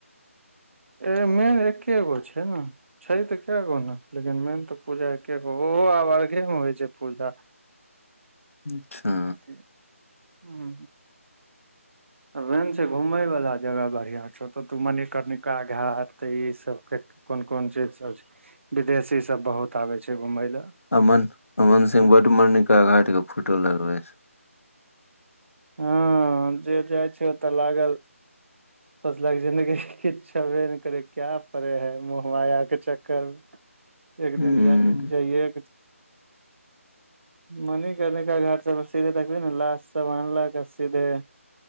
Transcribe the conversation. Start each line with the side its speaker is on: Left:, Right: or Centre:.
Right: ए मेन एकेगो छै ने छै तऽ कए गो ने लेकिन मेन तऽ पूजा एके गो ओहो आब अर्घेमे होइ छै पूजा
Left: अच्छा
Right: बकि ह ह <inaudible> मैन छै घूमयवला जगह बढ़िआँ छौ ओतऽ तऽ मणिकर्णिका घाट ईसभके कोन कोन चीजसभ छै विदेशीसभ बहुत आबै छै घूमय ले
Left: अमन अमन सिंह बड मरणिका घाट के फोटो डालल छै
Right: हँ जे जाइ छै ओतऽ लागल सोचलक जिन्दगी किछु छेबे ने करै। क्या परड़े है महया के चक्कर एक दिन
Left: ह
Right: जइए मणिकणिका घाट सब सीधे तकबी ने लट सब आनलक सीधे